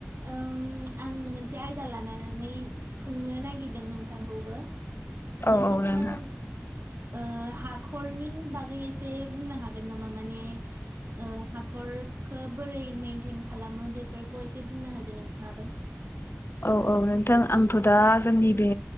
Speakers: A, on the right; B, on the left.
A: आं मोनसे आयदा लानानै सोंनो नागिरदों नोंथांखौबो।
B: औ
A: नोंथाङा
B: औ लङ
A: ओ हाख'रनि बागै एसे बुंनो हागोन नामा माने हाखरखौ बोरै मेइनटेन खालामो बेफोरखौ एसे बुंना होदो नोंथाङाबो।
B: औ औ नोंथां आंथ' दा जोंनि बे